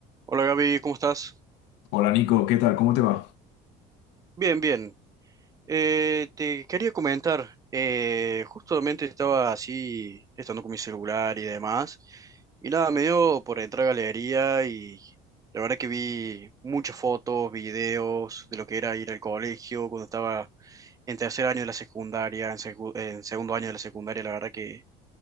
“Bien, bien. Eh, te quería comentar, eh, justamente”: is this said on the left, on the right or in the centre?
Right